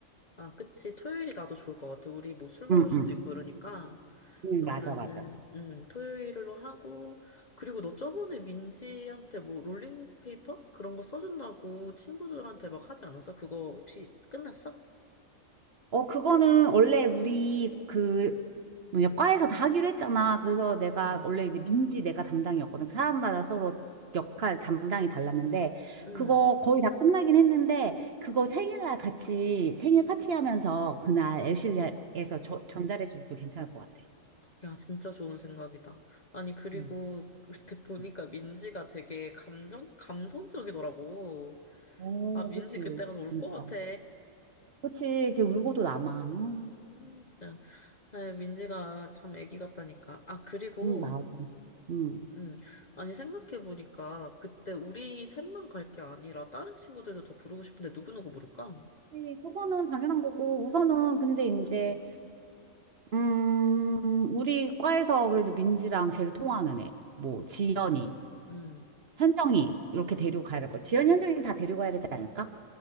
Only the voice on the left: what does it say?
아, 그치. 토요일이 나도 좋을 것 같아. 우리 뭐 술 먹을
수도
있고 이러니까. 음.
그러면은,
음, 토요일로 하고. 그리고 너 저번에 민지한테 뭐 롤링페이퍼? 그런 거 써준다고 친구들한테 막 하지 않았어? 그거 혹시 끝났어?
응,
응.
야, 진짜 좋은 생각이다. 아니, 그리고
그때 보니까
민지가 되게 감정, 감성적이더라고.
아, 민지
그때 가서 울
것 같아.
음, 진짜. 아, 민지가 참 애기 같다니까. 아, 그리고,
음, 아니, 생각해보니까, 그때 우리 셋만 갈 게 아니라, 다른 친구들도 더 부르고 싶은데, 누구누구 부를까?
음,
음.